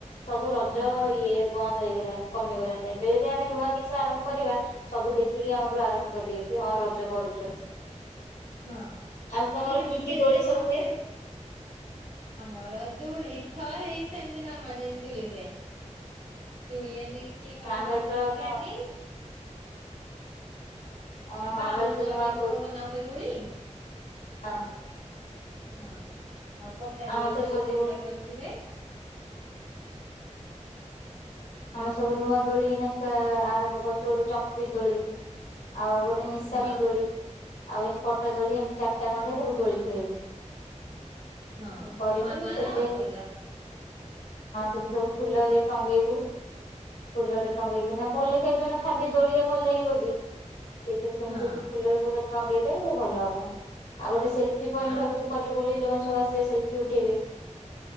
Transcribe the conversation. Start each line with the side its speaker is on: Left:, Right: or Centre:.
Left: ସବୁ ରଜ
Right: ହଁ
Left: ଇଏ ବନ୍ଦ ହେଇଗଲାଣିି କମିଗଲାଣିି। ଏବେ ଯଦି ଆମେ ନୂଆ କିଛି ଆରମ୍ଭ କରିବା ସବୁ ଦେଖିକି ଆମଠୁ ଆରମ୍ଭ କରିବେ। ହଁ ରଜ କରୁଛି।
Right: ହଁ ତାହେଲେ
Left: ଆଉ ତମର
Right: ସେମିତି
Left: କି କି
Right: ଧୀରେ
Left: ଦୋଳି
Right: ଧୀରେ
Left: ସବୁ
Right: ସମସ୍ତେ
Left: ହୁଏ?
Right: ଆମର ଦୂଳି ଥ ହେଇ ସେମିତି ନର୍ମାଲ ଯେମିତି ଦୂଳି ହୁଏ। ଦୋଳି <inaudible> ଏମିତି କିଛି କଣ
Left: ଆମର
Right: କଣ
Left: ଏଥର
Right: ତ ମୁଁ ଜାଣିନି
Left: ଅ
Right: ବାଉଁଶ
Left: ଆମର ଏଥର ନୂଆ
Right: ଏମିତି କଣ ରୁ ବନା ହୁଏ ଦୋଳି?
Left: ହଁ
Right: ହଁ। ଆଉ ପଟା
Left: ଆମର
Right: ଦୋଳି
Left: ତ
Right: ଯୋଉ
Left: ସବୁ
Right: ସେଗୁଡାକ ଏମିତି ହୁଏ?
Left: ଆମ ସବୁ ନୂଆ ଦୋଳି ଏଇନା ଆରମ୍ଭ କରୁଛୁ ଗୋଟେ ଚକ୍ରି ଦୋଳି। ଆଉ ଗୋଟେ <inaudible> ସଣି
Right: ହଁ।
Left: ଦୋଳି ଆଉ ଏମତି ପଟା ଦୋଳି ଏମିତି ଚାରିଟା ଖଣ୍ଡରେ ସବୁ ଦୋଳି ଖେଳିବୁ।
Right: ହଁ
Left: କରିବି।
Right: ନୂଆ ନୂଆ
Left: ସେଥିରେ
Right: ର ଆଉ
Left: ହଁ
Right: ଅଲଗା ପ୍ର
Left: ସେଠି ସବୁ ଫୁଲରେ ଟଙ୍ଗେଇବୁ। ଫୁଲରେ ଟଙ୍ଗେଇକିନା ଭଲ <inaudible> ଲେ ଖାଇଥ ନା ଖାଲି ଦୋଳିଆ ଭଲ ଲାଗିବ କି? ସେଇଠି ସେମିତି
Right: ହଁ
Left: ଫୁଲ ଫୁଲ <inaudible> ଟଙ୍ଗେଇ ଲଗେଇଲେ ଭଲ ହବ। ଆଉ ଗୋଟେ ସେଲ୍ଫ୍ ପଏଣ୍ଟ
Right: ହଁ।
Left: ଭାବିଛୁ କରିବୁ ବୋଲି ଯୋଉମାନେ ସବୁ ଆସିବେ ସେଲ୍ଫି ଉଠେଇବେ।